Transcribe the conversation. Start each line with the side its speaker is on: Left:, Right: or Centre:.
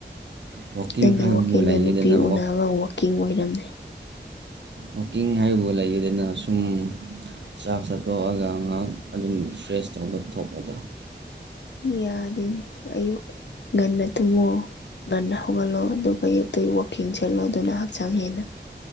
Right: ꯋꯥꯛꯀꯤꯡ
Left: ꯅꯪꯒꯤ
Right: ꯍꯥꯏꯕꯕꯨ
Left: ꯋꯥꯛꯀꯤꯡꯗꯣ
Right: ꯂꯩꯌꯦꯗꯅ
Left: ꯅꯨꯄꯤ ꯎꯅꯕ ꯋꯥꯛꯀꯤꯡ ꯑꯣꯏꯔꯝꯅꯤ
Right: ꯋꯥꯛꯀꯤꯡ ꯍꯥꯏꯕꯕꯨ ꯂꯩꯗꯅ ꯁꯨꯝ ꯆꯥꯛ ꯆꯥꯊꯣꯛꯑꯒ ꯉꯥꯏꯍꯥꯛ ꯑꯗꯨꯝ ꯐ꯭ꯔꯦꯁ ꯇꯧꯕ ꯊꯣꯛꯄꯗꯣ
Left: ꯌꯥꯗꯦꯅꯦ ꯑꯌꯨꯛ ꯉꯟꯅ ꯇꯨꯝꯃꯣ ꯉꯟꯅꯥ ꯍꯧꯒꯠꯂꯣ ꯑꯗꯨꯒ ꯑꯌꯨꯛꯇꯩ ꯋꯥꯛꯀꯤꯡ ꯆꯦꯜꯂꯣ ꯑꯗꯨꯅ ꯍꯛꯆꯥꯡ ꯍꯦꯟꯅ